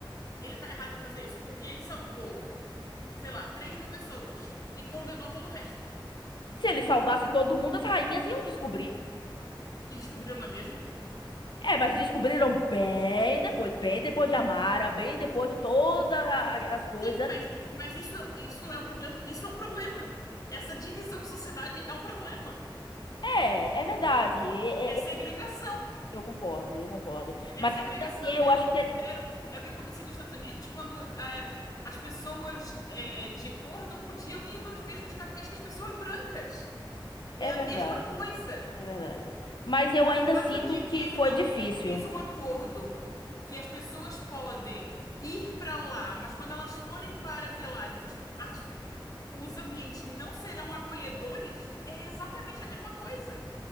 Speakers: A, on the left; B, on the left.
A: Ele tá errado em fazer isso porque ele salvou, sei lá, 3 mil pessoas e condenou todo o resto.
B: Se ele salvasse todo mundo, as rainhas iam descobrir.
A: E descobriram na mesma?
B: É, mas descobriram bem depois, bem depois de Amara, bem depois de todas as coisas.
A: Sim, mas, mas isso, isso não é um problema. Isso é um problema. Essa divisão de sociedade é um problema.
B: É, é verdade. é-
A: É segregação.
B: é- Eu concordo, eu concordo, eu concordo.
A: É
B: Mas
A: segregação,
B: ainda assim, eu
A: é
B: acho
A: o que
B: que
A: fizeram,
B: ele.
A: é o que acontecia nos Estados Unidos quando é, as pessoas é, de cor não podiam ir nos mesmos cafés que as pessoas brancas.
B: É
A: É a
B: verdade,
A: mesma coisa.
B: é verdade. Mas eu ainda
A: O fato
B: sinto
A: de
B: que
A: que ele
B: foi
A: não,
B: difícil.
A: ele fez um acordo que as pessoas podem ir para lá, mas quando elas forem para Velares, as, as, os ambientes não serão acolhedores, é exatamente a mesma coisa.